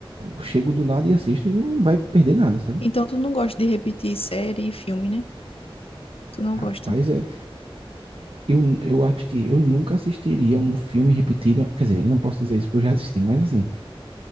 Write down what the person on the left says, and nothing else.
Então tu não gosta de repetir série e filme, né? Tu não
gosta.